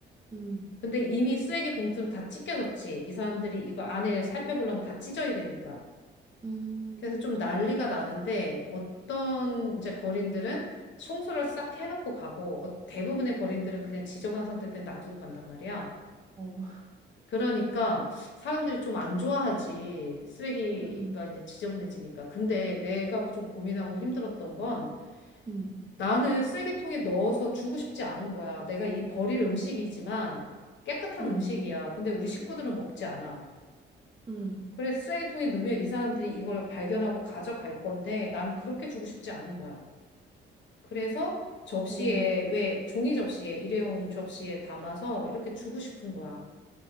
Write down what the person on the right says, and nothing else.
음,
음,
어,
음,
음,
음,
음,
어,